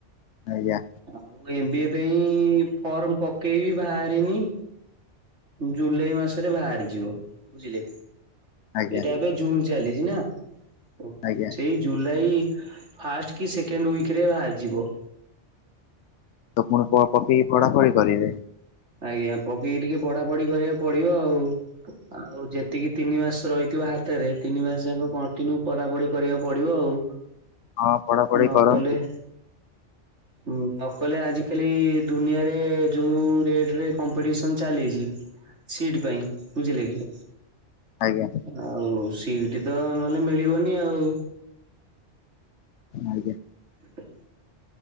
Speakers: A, on the left; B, on the right.
A: ଆଜ୍ଞା।
B: ଆଉ ଏମ୍ ବି ଏ ପାଇଁ ଫର୍ମ ପକେଇବି ବାହାରିନି। ଜୁଲାଇ ମାସରେ ବାହାରିଯିବ ବୁଝିଲେ?
A: ଆଜ୍ଞା
B: ଏଇଟା ଏବେ ଜୁନ ଚାଲିଚି ନା ଓ
A: ଆଜ୍ଞା
B: ସେଇ ଜୁଲାଇ ଫାଷ୍ଟ କି ସେକେଣ୍ଡ ୱିକରେ ବାହାରିଯିବ।
A: ତ ପୁଣି କଣ ପକେଇକି ପଢାପଢି କରିବେ?
B: ଆଜ୍ଞା ପକେଇକି ଟିକେ ପଢାପଢି କରିବାକୁ ପଡିବ ଆଉ। ଆଉ ଯେତିକି ତିନି ମାସ ରହିଥିବ ହାତରେ ତିନି ମାସ ଯାକ କଣ୍ଟିନ୍ୟୁ ପଢାପଢି କରିବାକୁ ପଡିବ ଆଉ।
A: ହଁ ପଢାପଢି
B: ନ
A: କରନ୍ତୁ।
B: କଲେ ହୁଁ ନ କଲେ ଆଜିକାଲି ଦୁନିଆରେ ଯେଉଁ ରେଟରେ କମ୍ପିଟିସନ୍ ଚାଲିଛି ସିଟ୍ ପାଇଁ ବୁଝିଲେ କି
A: ଆଜ୍ଞା
B: ଆଉ ସିଟ ତ ନହେଲେ ମିଳିବନି ଆଉ
A: ଆଜ୍ଞା
B: ହ